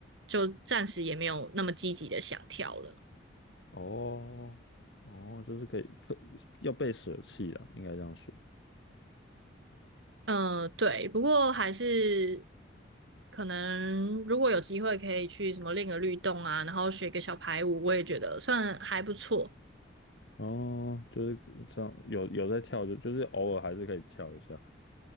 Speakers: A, on the right; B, on the left.
A: 就暂时也没有那么积极的想跳了。
B: 哦，哦，就是可以，可要被舍弃啊，应该这样说。
A: 呃，对，不过还是可能如果有机会可以去什么练个律动啊，然后学个小排舞，我也觉得算还不错。
B: 哦，就是这样，有有在跳，就就是偶尔还是可以跳一下。